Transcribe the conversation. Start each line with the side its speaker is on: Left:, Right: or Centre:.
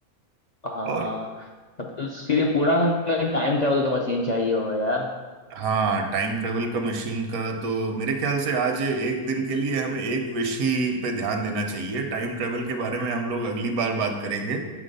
Left: हाँ
Right: और
Left: तब तो उसके लिए पूरा हमें टाइम ट्रेवल का मशीन चाहिए होगा यार
Right: हाँ टाइम ट्रेवल का मशीन का तो मेरे ख्याल से आज एक दिन के लिए हमें एक विषय पे ध्यान देना चाहिए टाइम ट्रेवल के बारे में हम लोग अगली बार बात करेंगे